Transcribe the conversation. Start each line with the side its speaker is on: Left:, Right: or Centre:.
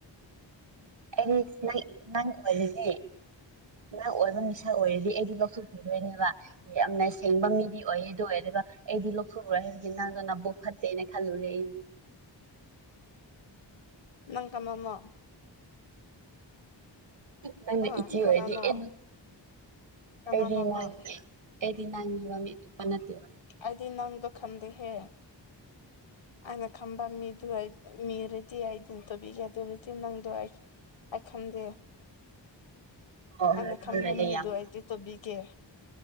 Right: <unintelligible> ꯅꯪ ꯅꯪ ꯑꯣꯏꯕꯒꯤ ꯅ ꯑꯣꯏꯕ ꯃꯤꯁꯛ ꯑꯣꯏꯔꯗꯤ ꯑꯩꯗꯤ ꯂꯧꯊꯣꯛꯄꯤꯗꯣꯏꯅꯦꯕꯥ ꯌꯥꯝꯅ ꯁꯦꯡꯕ ꯃꯤꯗꯤ ꯑꯣꯏꯌꯦ ꯑꯗꯨ ꯑꯣꯏ <unintelligible> ꯑꯩꯗꯤ ꯂꯧꯊꯣꯛꯎꯔ ꯍꯥꯏꯕꯒꯤ ꯅꯪꯅ ꯅꯕꯨꯛ ꯐꯠꯇꯦꯅ ꯈꯜꯂꯨꯔꯦ ꯑꯩꯗꯤ
Left: ꯅꯪ ꯀꯃꯃꯣ
Right: ꯅꯪꯅ
Left: ꯑꯥ
Right: ꯏꯆꯦ
Left: ꯀꯅꯥꯅꯣ
Right: ꯑꯣꯏꯔꯗꯤ <unintelligible>
Left: ꯀꯅꯥꯅꯣ
Right: ꯑꯩꯗꯤ
Left: ꯅꯪ
Right: <unintelligible> ꯑꯩꯗꯤ ꯅꯪꯅꯦꯕ ꯃꯤ ꯑꯇꯣꯞꯄ ꯅꯠ
Left: ꯑꯩꯗꯤ ꯅꯪꯗꯣ ꯈꯟꯗꯦꯍꯦ ꯑꯩꯅ ꯈꯟꯕ ꯃꯤꯗꯨ ꯃꯤꯔꯗꯤ ꯑꯩꯗꯤ ꯇꯧꯕꯤꯒꯦ ꯑꯗꯨ ꯑꫭꯏꯔꯗꯤ ꯅꯪꯗꯣ ꯑꯩ ꯑꯩ ꯈꯟꯗꯦ
Right: ꯍꯣꯏ
Left: ꯑꯩꯅ
Right: ꯍꯣꯏ ꯈꯪꯗ꯭ꯔꯗꯤ
Left: ꯈꯟꯕ ꯃꯤꯗꯣ
Right: ꯌꯥꯝ
Left: ꯑꯩꯗꯤ ꯇꯧꯕꯤꯒꯦ